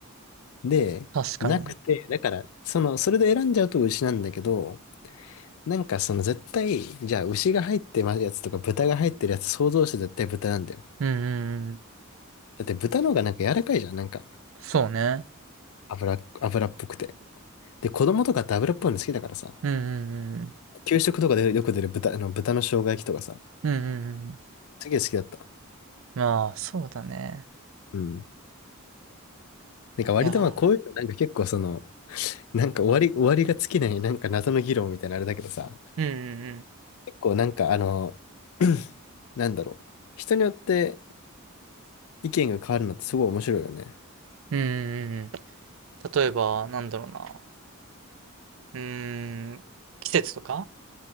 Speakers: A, on the left; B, on the right.
A: で、
B: 確かに。
A: なくて、だから、その、それで選んじゃうと牛なんだけど、なんかその絶対、じゃあ牛が入ってるやつとか豚が入ってるやつ想像して絶対豚なんだよ。
B: うんうんうん。
A: だって豚の方がなんか柔らかいじゃん、なんか
B: そうね。
A: 油、油っぽくて。で、子供とかって油っぽいの好きだからさ、
B: うんうん
A: 給食とかでよく出る豚、あの豚の生姜焼きとかさ、
B: うん。うんうんうん。
A: すげえ好きだった。
B: まあ、そうだね。
A: うん。なんか割とまあこういうのなんか結構その、
B: いやー。
A: なんか終わり、終わりが尽きないなんか謎の議論みたいなあれだけどさ、
B: うんうん
A: 結構なんかあの、<clears throat> なんだろう。人によって意見が変わるのってすごい面白いよね。
B: うん。うんうんうんうん。例えば、なんだろうな。うーん、季節とか